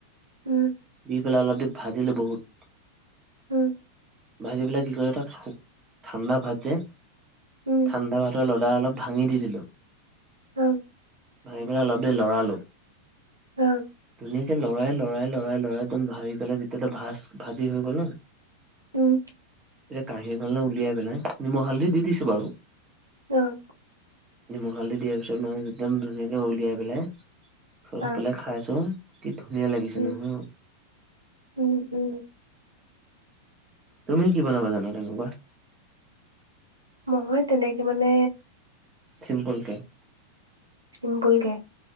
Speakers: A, on the right; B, on the right.
A: উম'।
B: দি পেলাই অলপ দেৰি ভাজিলো বহুত
A: উম'।
B: ভাজি পেলাই কি কৰে তাত খুব ঠাণ্ডা ভাত যে
A: উম'।
B: ঠাণ্ডা ভাতৰ লদা অলপ ভাঙি দি দিলোঁ।
A: উম'
B: ভাজি পেলাই অলপ দেৰি লৰালোঁ।
A: হয়।
B: ধুনীয়াকে লৰাই, লৰাই, লৰাই, লৰাই একদম ভাজি পেলাই যেতিয়াতো ভাজ, ভাজি হৈ গ'ল ন'।
A: উম।
B: এতিয়া কাঁহী এখনলে উলিয়াই পেলাই, নিমখ হালধি দি দিছো বাৰু।
A: অ'।
B: নিমখ হালধি দি দিয়াৰ পিছত মানে, একদম ধুনীয়াকে উলিয়াই পেলাই, চ
A: আ
B: পেলাই খাই উম, কি ধুনীয়া লাগিছে
A: উম
B: নহয়।
A: উম উম।
B: তুমি কি বনাবা জানা তেনেকুৱা?
A: মই তেনেকে মানে
B: চিম্পলকে।
A: চিম্পুলকে?